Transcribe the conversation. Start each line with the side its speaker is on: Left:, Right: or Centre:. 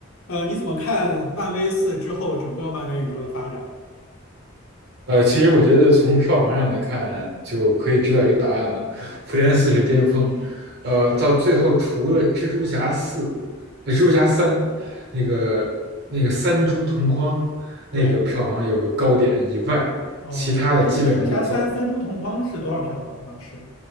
Left: 呃，你怎么看漫威四之后整个漫威宇宙的发展？
Right: 呃，其实我觉得从票房上来看，就可以知道一个答案了，《复联四》是巅峰，呃，到最后除了蜘蛛侠四、呃蜘蛛侠三，那个那个三蛛同框那个票房有个高点以外，
Left: 对，哦，
Right: 其他的基本上都走，
Left: 蜘蜘蛛侠三三株同框是多少票房当时？